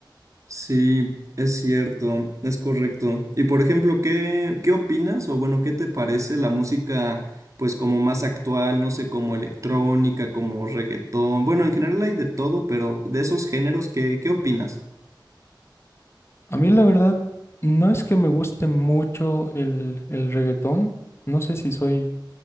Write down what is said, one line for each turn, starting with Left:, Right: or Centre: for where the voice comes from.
Right: Sí, es cierto, es correcto. Y por ejemplo, ¿qué, qué opinas o bueno, qué te parece la música pues como más actual, no sé, como electrónica, como reggaetón? Bueno, en general hay de todo, pero de esos géneros, ¿qué, qué opinas?
Left: A mí la verdad no es que me guste mucho el, el reggaetón, no sé si soy